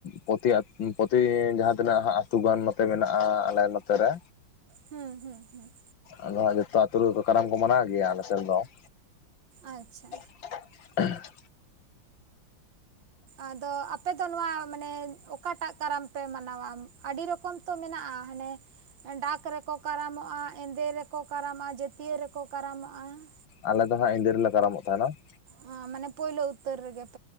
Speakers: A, on the left (about 75°); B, on the right (about 70°).
A: ᱯᱚᱛᱤ, ᱯᱚᱛᱤ ᱡᱟᱦᱟ ᱛᱤᱱᱟᱹᱜ ᱟᱹᱛᱩ ᱜᱟᱱ ᱱᱚᱛᱮ ᱢᱮᱱᱟᱜᱼᱟ᱾ ᱟᱞᱮ ᱱᱚᱛᱮ ᱨᱮ
B: ᱦᱩᱸ ᱦᱩᱸ ᱦᱩᱸ᱾
A: ᱟᱫᱚ ᱦᱟᱸᱜ ᱡᱚᱛᱚ ᱟᱹᱛᱩ ᱨᱮᱜᱮ ᱠᱚ ᱠᱟᱨᱟᱢ ᱠᱚ ᱢᱟᱱᱟᱣ ᱜᱮᱭᱟ ᱟᱞᱮ ᱥᱮᱱ ᱫᱚ ᱾
B: ᱟᱪᱪᱷᱟ᱾
A: <unintelligible>
B: ᱟᱫᱚ ᱟᱯᱮ ᱫᱚ ᱱᱚᱣᱟ ᱢᱟᱱᱮ ᱚᱠᱟᱴᱟᱜ ᱠᱟᱨᱟᱢ ᱯᱮ ᱢᱟᱱᱟᱣᱟ ᱟᱹᱰᱤ ᱨᱚᱠᱚᱢ ᱛᱚ ᱢᱮᱱᱟᱜᱼᱟ ᱦᱟᱱᱮ ᱰᱟᱠ ᱨᱮᱠᱚ ᱠᱟᱨᱟᱢᱚᱜᱼᱟ ᱮᱸᱫᱮ ᱨᱮ ᱠᱚ ᱠᱟᱨᱟᱢᱚᱜᱼᱟ ᱡᱟᱹᱛᱤᱭᱟᱹ ᱨᱮᱠᱚ ᱠᱟᱨᱟᱢᱚᱜᱼᱟ ᱾
A: ᱟᱞᱮ ᱫᱚ ᱦᱟᱸᱜ ᱮᱸᱫᱮ ᱨᱮᱞᱮ ᱠᱟᱨᱟᱢᱚᱜ ᱛᱟᱦᱮᱱᱟ ᱾
B: ᱚ‌ ᱢᱟᱱᱮ ᱯᱳᱭᱞᱳ ᱩᱛᱟᱨ ᱨᱮᱜᱮ ᱾